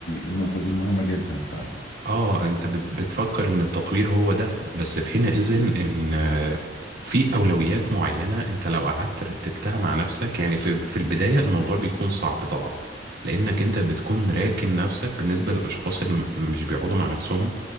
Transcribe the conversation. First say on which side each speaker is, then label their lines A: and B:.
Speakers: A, on the left; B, on the right.
A: النقطة دي مهمة جدا فعلا
B: اه انت بت- بتفكر ان التطوير هو ده بس في حينئذ ان آه، في اولويات معينه انت لو قعدت رتبتها مع نفسك يعني في في البدايه الموضوع بيكون صعب طبعا لانك انت بتكون راكن نفسك بالنسبه للاشخاص اللي م- مش بيقعدوا مع نفسهم